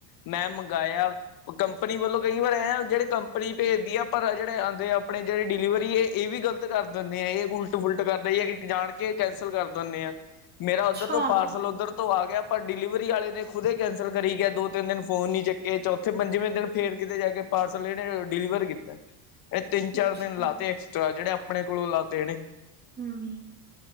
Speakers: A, on the left; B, on the right.
A: ਮੈਂ ਮੰਗਆਇਆ ਕੰਪਨੀ ਵੱਲੋਂ ਕਈ ਵਾਰ ਐਂ ਜਿਹੜੇ ਕੰਪਨੀ ਭੇਜਦੀ ਆ ਪਰ ਜਿਹੜੇ ਆਉਂਦੇ ਆ ਆਪਣੇ ਜਿਹੜੇ ਡਿਲੀਵਰੀ ਏ ਇਹ ਵੀ ਗ਼ਲਤ ਕਰ ਦਿੰਦੇ ਏ ਇਹ ਉਲਟ ਫੁਲਟ ਕਰਦੇ ਜਾਂ ਜਾਣ ਕੇ ਕੈਂਸਲ ਕਰ ਦਿੰਨੇ ਆ ਮੇਰਾ ਉੱਧਰ
B: ਅੱਛਾ,
A: ਤੋਂ ਪਾਰਸਲ ਉੱਧਰ ਤੋਂ ਆ ਗਿਆ ਪਰ ਡਿਲੀਵਰੀ ਆਲੇ ਨੇ ਖੁਦੇ ਕੈਂਸਲ ਕਰੀ ਗਿਆ ਦੋ ਤਿੰਨ ਦਿਨ ਫੋਨ ਨੀ ਚੱਕੇ ਚੌਥੇ ਪੰਜਵੇਂ ਦਿਨ ਫੇਰ ਕਿਤੇ ਜਾ ਕੇ ਪਾਰਸਲ ਇਹਨੇ ਡਿਲੀਵਰ ਕੀਤਾ ਇਹ ਤਿੰਨ-ਚਾਰ
B: ਅੱਛਾ
A: ਦਿਨ ਲਾਤੇ ਐਕਸਟਰਾ ਜਿਹੜੇ ਆਪਨੇ ਕੋਲੋਂ ਲਾਤੇ ਇਨੇ
B: ਹੰ